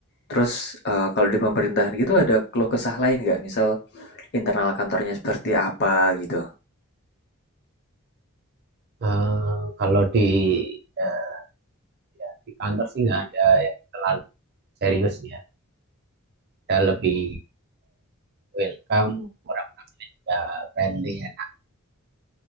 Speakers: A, on the left; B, on the right.
A: Terus eh, kalau di pemerintahan gitu ada keluh kesah lain nggak? Misal internal kantornya seperti apa gitu?
B: Eh, kalau di eh, ya, di kantor sih nggak ada yang terlalu serius ya. Kita lebih welcome orang-orangnya juga friendly ya.